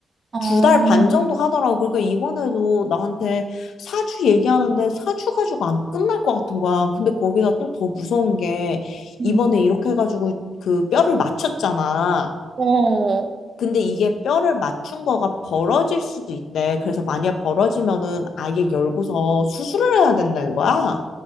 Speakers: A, on the right; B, on the left.
A: 어, 어,
B: 두 달 반 정도 하더라고. 그러니까 이번에도 나한테 사주 얘기하는데 사주 가지고 안 끝날 것 같은 거야. 근데 거기다 또 더 무서운 게
A: 음.
B: 이번에 이렇게 해가지고 그 뼈를 맞췄잖아.
A: 어,
B: 근데 이게 뼈를 맞춘 거가 벌어질 수도 있대. 그래서 만약 벌어지면은 아예 열고서 수술을 해야 된다는 거야.